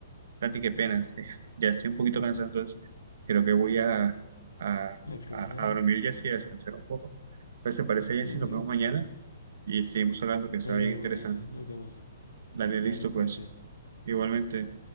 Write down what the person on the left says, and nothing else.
A descansar.
Sí,
ya.
Dale,
dale,
mañana nos vemos.
Dale, cuídate.